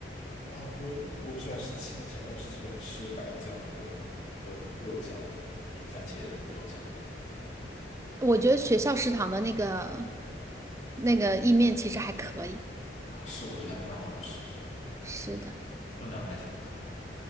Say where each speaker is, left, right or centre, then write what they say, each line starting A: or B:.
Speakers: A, on the left; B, on the right.
A: 啊，我我不喜欢吃青酱，我只喜欢吃白酱和和肉酱，就番茄肉酱
B: 我觉得学校食堂的那个那个意面其实还可以。
A: 啊，是我觉得还蛮好吃的，
B: 是的，
A: 分量还挺大，